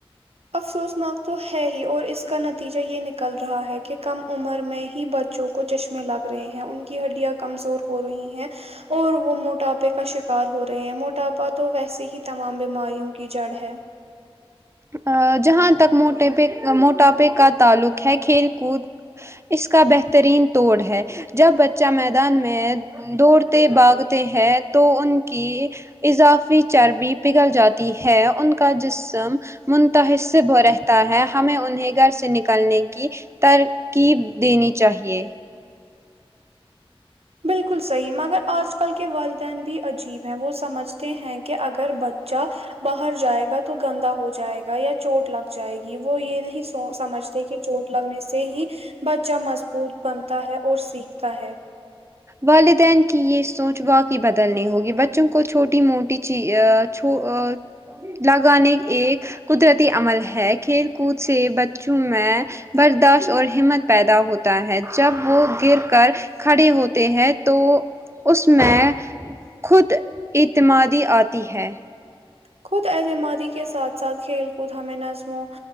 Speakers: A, on the right (about 80°); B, on the right (about 25°).
A: افسوسناک تو ہے ہی اور اس کا نتیجہ یہ نکل رہا ہے کہ کم عمر میں ہی ب جو کو چشمے لگ رہے ہیں ان کی ہڈیاں کمزور ہو رہی ہیں اور وہ موٹاپے کا شکار ہو رہے ہیں موٹاپا تو ویسے ہی تمام بیماریوں کی جڑ ہے
B: ا جہاں تک موٹے پے موٹاپے کا تعلق ہے کھیل کود اس کا بہترین توڑ ہے جب بچہ میدان میں دوڑتے بھاگتے ہیں تو ان کی اضافی چربی پگھل جاتی ہے ان کا جسم منتحسب رہتا ہے ہمیں انہیں گھر سے نکلنے کی ترکیب دینی چاہیے
A: بالکل صحیح مگر آج کل کے والدین بھی عجیب ہیں وہ سمجھ تے ہیں کہ اگر بچہ باہر جائے گا تو گندا ہو جائے گا یا چوٹ لگ جائے گی وہ یہ نہیں سو سمجھتے کہ چوٹ لگنے سے ہی بچہ مضبوط بنتا ہے اور سیکھتا ہے
B: والدین کی یہ سوچ واقعی بدلنی ہوگی بچوں کو چھوٹی موٹی چی آ چھو آ لگانے ایک قدرتی عمل ہے کھیل کود سے بچوں میں برداشت اور ہمت پیدا ہوتا ہے جب وہ گر کر کھڑے ہو تے ہیں تو اس میں خود اعتمادی آتی ہے
A: خود اعتمادی کے ساتھ ساتھ کھیل کود ہمیں نظموں